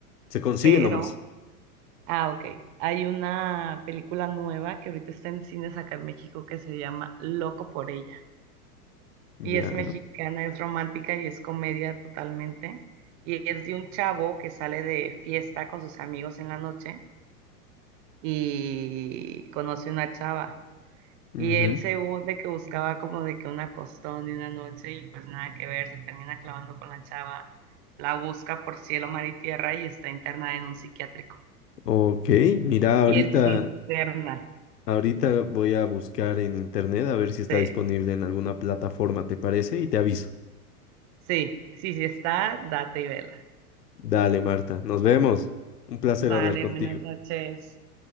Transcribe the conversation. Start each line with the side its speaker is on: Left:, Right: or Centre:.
Left: Se consigue
Right: pero...
Left: nomás.
Right: Ah, ok. Hay una película nueva que ahorita está en cines acá en México que se llama Loco por ella.
Left: Ya.
Right: Y es mexicana, es romántica y es comedia totalmente. Y es de un chavo que sale de fiesta con sus amigos en la noche y conoce una chava.
Left: ujú.
Right: Y él según de que buscaba como de que una costón de una noche y pues nada que ver, se termina clavando con la chava, la busca por cielo, mar y tierra y está internada en un psiquiátrico.
Left: Ok, mira, ahorita,
Right: Y él se interna.
Left: ahorita voy a buscar en internet a ver si está
Right: Sí,
Left: disponible en alguna plataforma, ¿te parece? Y te aviso.
Right: sí, sí, sí está, date y vela.
Left: Dale, Marta, nos vemos. Un placer
Right: Sale,
Left: hablar contigo.
Right: buenas noches.